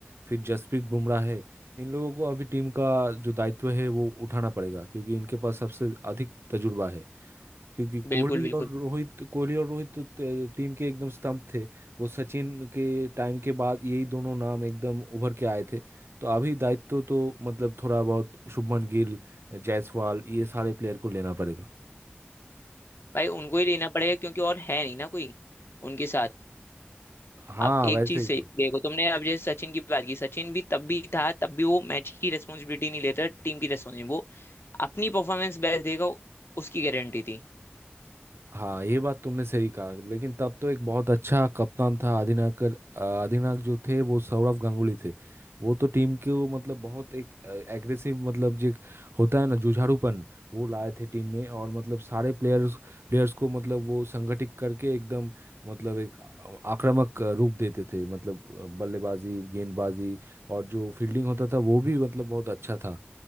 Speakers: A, on the right; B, on the left.
A: फिर जसप्रीत बुमराह है इन लोगों को अभी टीम का जो दायित्व है वो उठाना पड़ेगा क्योंकि इनके पास सबसे अधिक तजुर्बा है क्योंकि कोहली
B: बिल्कुल बिल्कुल
A: और रोहित कोहली और रोहित तो ते- टीम के एकदम स्तंभ थे वो सचिन के टाइम के बाद यही दोनों नाम एकदम उभर के आए थे तो अभी दायित्व तो मतलब थोड़ा बहुत शुभमन गिल जायसवाल ये सारे प्लेयर को लेना पड़ेगा
B: भाई उनको ही लेना पड़ेगा क्योंकि और है नहीं ना कोई उनके साथ
A: हाँ
B: अब
A: वैसे
B: एक चीज
A: ही
B: से
A: तो
B: देखो तुमने अब जैसे सचिन की बात की सचिन भी तब भी था तब भी वो मैच की रेस्पॉन्सिबिलिटी नहीं लेता टीम की रेस्पॉन्सिबिलिटी वो अपनी परफॉर्मेंस बेस्ट देगा उसकी गारंटी थी
A: हाँ ये बात तुमने सही कहा लेकिन तब तो एक बहुत अच्छा कप्तान था अधिनायकर अ, अधिनायक जो थे वो सौरव गांगुली थे वो तो टीम के वो मतलब बहुत एक एग्रेसिव मतलब जो एक होता है ना जुझारूपन वो लाए थे टीम में और मतलब सारे प्लेयर्स प्लेयर्स को मतलब वो संगठित करके एकदम मतलब एक आ- आक्रामक अ, रूप देते थे मतलब अ, बल्लेबाजी गेंदबाजी और जो फील्डिंग होता था वो भी मतलब बहुत अच्छा था